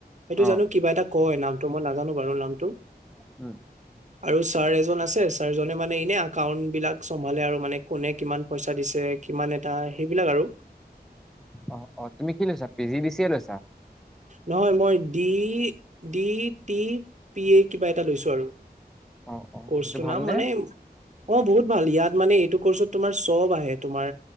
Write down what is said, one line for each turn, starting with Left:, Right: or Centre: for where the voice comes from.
Right: সেইটো
Centre: অ',
Right: জানো কিবা এটা কয় নামটো মই নাজানো বাৰু নামটো।
Centre: উম।
Right: আৰু ছাৰ এজন আছে ছাৰজনে মানে এনে একাউণ্ট বিলাক চম্ভালে আৰু মানে কোনে কিমান পইচা। দিছে কিমান এটা সেইবিলাক আৰু
Centre: অ অ তুমি কি লৈছা পি জি দি চিয়ে লৈছা
Right: নহয় মই ডি ডি টি পি এ কিবা এটা লৈছো আৰু
Centre: অ', অ',
Right: কৰ্চটো
Centre: সেইটো ভালনে?
Right: নাম মানে অ বহুত ভাল ইয়াত মানে এইটো কৰ্চত তোমাৰ চব আহে তোমাৰ